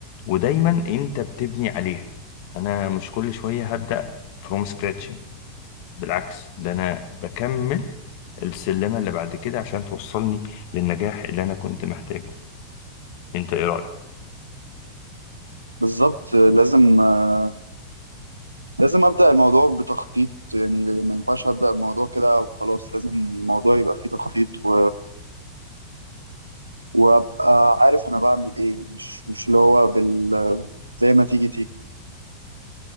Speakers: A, on the left; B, on the right.
A: ودايما انت بتبني عليها أنا مش كل شوية هبدأ فروم scratching بالعكس ده أنا بكمل السلمة اللي بعد كده عشان توصلني للنجاح اللي أنا كنت محتاجه انت ايه رأيك؟
B: بالظبط لازم آه، لازم ابدا الموضوع بتخطيط يعني ما ينفعش ابدا الموضوع كده وخلاص لازم الموضوع يبقى فيه تخطيط و... وابقى عارف انا بعمل ايه مش مش اللي هو بال زي ما تيجي تيجي